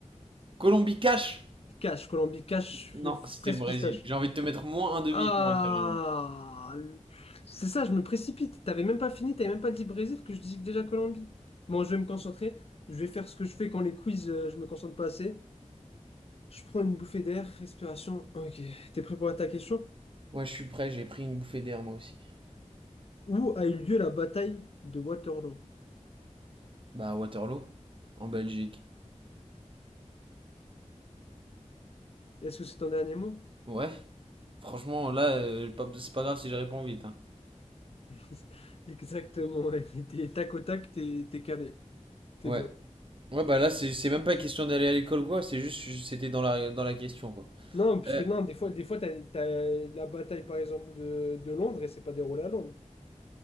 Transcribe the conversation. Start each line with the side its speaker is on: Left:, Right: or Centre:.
Right: Colombie cash?
Left: cash, Colombie, cash,
Right: Non,
Left: f- fraise
Right: c'était le Brésil.
Left: pistache.
Right: J'ai envie de te mettre moins un demi-point,
Left: Ah!
Right: carrément.
Left: le- C'est ça, je me précipite. T'avais même pas fini, t'avais même pas dit Brésil que je dis déjà Colombie. Bon, je vais me concentrer. Je vais faire ce que je fais quand les quiz, euh, je me concentre pas assez. Je prends une bouffée d'air, respiration. Ok, t'es prêt pour ta question?
Right: Ouais, je suis prêt, j'ai pris une bouffée d'air, moi aussi.
Left: Où a eu lieu la bataille de Waterloo?
Right: Bah, Waterloo, en Belgique.
Left: Est-ce que c'est ton dernier mot?
Right: Ouais, franchement, là, euh, pas- c'est pas grave si je réponds vite, hein.
Left: <laughs> Exactement, ouais. T'es tac au tac, t'es t'es calé. T'es
Right: Ouais.
Left: bon.
Right: Ouais, bah là, c'est c'est même pas question d'aller à l'école ou quoi, c'est juste, c'était dans la, dans la question, quoi.
Left: Non, parce
Right: Euh,
Left: que non, des fois, des fois t'as, t'as la bataille, par exemple, de, de Londres et c'est pas déroulé à Londres.